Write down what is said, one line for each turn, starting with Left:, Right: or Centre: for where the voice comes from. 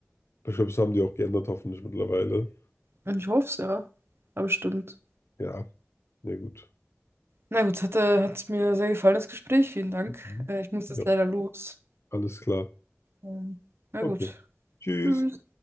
Left: Aber ich glaube, das haben die auch geändert, hoffentlich mittlerweile.
Right: Ich hoffe es, ja. Aber stimmt.
Left: Ja, na gut.
Right: Na gut, hat, äh, hat mir sehr gefallen, das Gespräch. Vielen Dank.
Left: Mhm.
Right: Äh, ich muss jetzt
Left: Ja,
Right: leider los.
Left: alles klar.
Right: Ähm, na
Left: Okay.
Right: gut.
Left: Tschüss.
Right: Tschüss.